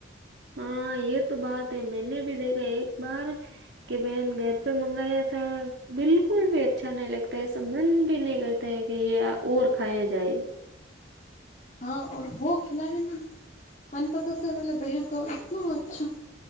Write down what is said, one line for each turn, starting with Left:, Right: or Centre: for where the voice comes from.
Right: હા એ તો બાત હૈ મેને ભી દેખ ગ એક બાર કે બહેન ઘર પે મંગાયા ત બિકુલ બે અચ્છા નહી લગતા એસ મન ભી નહી કરતાે કે ઓર ખાયા જાય
Left: હા વો ખલાય ના મનપતા વલે ભૈયા તો હો છું,